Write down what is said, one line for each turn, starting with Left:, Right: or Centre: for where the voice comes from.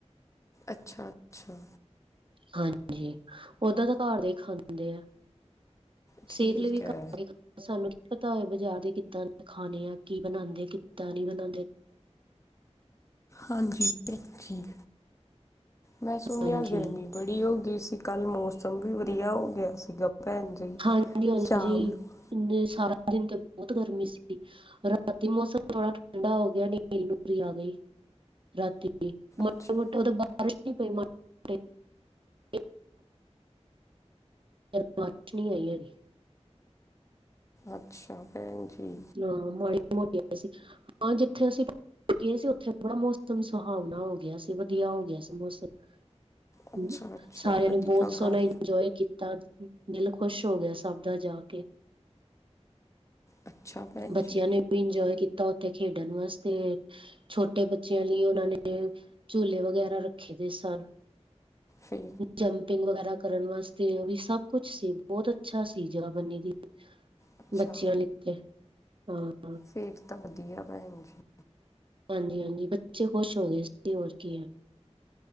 Left: ਅੱਛਾ-ਅੱਛਾ
Right: ਹਾਂਜੀ‌ ਓਦਾਂ ਤਾਂ ਘਰ ਦਾ ਈ ਖਾਂਦੇ ਆ
Left: ਠੀਕ
Right: ਸਿਹਤ ਲਈ ਵੀ ਘਰ
Left: ਐ।
Right: ਸਾਨੂੰ ਕੀ ਪਤਾ ਹੋਏ ਬਜ਼ਾਰ ਦੇ ਕਿੱਦਾਂ ਖਾਣੇ ਆ ਕੀ ਬਣਾਂਦੇ ਕਿੱਦਾਂ ਨੀ ਬਣਾਂਦੇ।
Left: ਹਾਂਜੀ ਅੱਛੀ, ਮੈਂ ਸੁਣਿਆਂ
Right: ਹਾਂਜੀ
Left: ਗਰਮੀ ਬੜੀ ਹੋ ਗਈ ਸੀ, ਕੱਲ ਮੌਸਮ ਵੀ ਵਧੀਆ ਹੋ ਗਿਆ ਸੀਗਾ ਭੈਣ ਜੀ
Right: ਹਾਂਜੀ- ਹਾਂਜੀ
Left: ਸ਼ਾਮ ਨੂੰ
Right: ਇੰਨੇ ਸਾਰਾ ਦਿਨ 'ਤੇ ਬੋਤ ਗਰਮੀ ਸੀ। ਰਾਤੀ ਮੌਸਮ ਥੋੜਾ ਠੰਡਾ ਹੋ ਗਿਆ, ਨੇਰੀ ਨੂਰੀ ਆ ਗਈ। ਰਾਤੀ ਮਾੜਾ
Left: ਅੱਛਾ
Right: ਮੋਟਾ ਓ ਤਾਂ ਬਾਰਿਸ਼ ਨੀ ਪਈ ਮ, ਟ। <inaudible> ਜਦ ਬਾਰਿਸ਼ ਨੀ ਆਈ ਐਗੀ।
Left: ਅੱਛਾ। ਹਾਂ ਭੈਣ ਜੀ।
Right: ਹਾਂ ਮਾੜੀ ਮੋਟੀ ਆਈ ਸੀ, ਹਾਂ ਜਿੱਥੇ ਅਸੀਂ ਗਏ ਸੀ ਉੱਥੇ ਬੜਾ ਮੌਸਮ ਸੁਹਾਵਨਾ ਹੋ ਗਿਆ ਸੀ, ਵਧੀਆ ਹੋ ਗਿਆ ਸੀ ਮੌਸਮ।
Left: ਅੱਛਾ
Right: ਹੂੰ,
Left: ਅੱਛਾ
Right: ਸਾਰਿਆਂ
Left: ਵਧੀਆ
Right: ਨੇ ਬੋਤ ਸੋਹਣਾ
Left: ਗੱਲ
Right: ਇੰਜੋਏ ਕੀਤਾ। ਦਿਲ ਖੁਸ਼ ਹੋ ਗਿਆ ਸਭ ਦਾ ਜਾ ਕੇ।
Left: ਅੱਛਾ ਭੈਣ
Right: ਬੱਚਿਆਂ
Left: ਜੀ
Right: ਨੇ ਵੀ ਇੰਜੋਏ ਕੀਤਾ ਉੱਥੇ ਖੇਡਨ ਵਾਸਤੇ ਛੋਟੇ ਬੱਚਿਆਂ ਲਈ ਉਨਾਂ ਨੇ ਝੂਲੇ ਵਗੈਰਾ ਰੱਖੇ ਦੇ ਸਨ।
Left: ਫੇਰ
Right: ਜੰਪਿੰਗ ਵਗੈਰਾ ਕਰਨ ਵਾਸਤੇ ਓ ਵੀ ਸਭ ਕੁਛ ਸੀ, ਬੋਤ ਅੱਛਾ ਸੀ ਜਗਾ ਬੰਨੀ ਦੀ
Left: ਅੱਛਾ
Right: ਬੱਚਿਆਂ ਲੀ ਉਥੇ, ਹਾਂ।
Left: ਫੇਰ ਤਾਂ ਵਧੀਆ ਭੈਣ ਜੀ।
Right: ਹਾਂਜੀ-ਹਾਂਜੀ ਬੱਚੇ ਖੁਸ਼ ਹੋਗੇ ਸੀ ਹੋਰ ਕੀ ਐ।